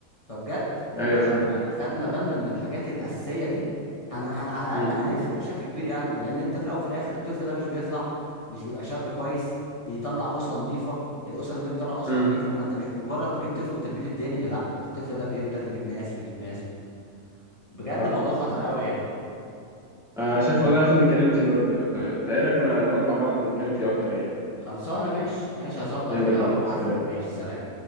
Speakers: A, on the left; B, in the centre.
A: فبجد لو
B: ايوه
A: احنا
B: فاهم
A: خدنا بالنا من الحاجات الاساسيه دي هن... هن... على
B: امم
A: الاقل هنفرق بشكل كبير قوي لان انت في الاول وفي الاخر الطفل ده مش بيطلع مش بيبقى شاب كويس بيطلع اسره نظيفه الاسره اللي بتطلع اسره
B: امم
A: نظيفه فانت مش مجرد بتجيب طفل وترميه في الدنيا لا انت الطفل ده بيفضل يجيب ناس ويجيب ناس بجد
B: صح
A: موضوع خطر قوي يعني
B: آه شايف والله المفروض نتكلم فيه برضه انت ايه رايك ن- نقعد مع بعض ونتكلم فيه اكتر يعني
A: خلصانه ماشي ماشي هظبط
B: يلا
A: كده
B: بينا
A: وابعت
B: سلام
A: لك ماشي سلام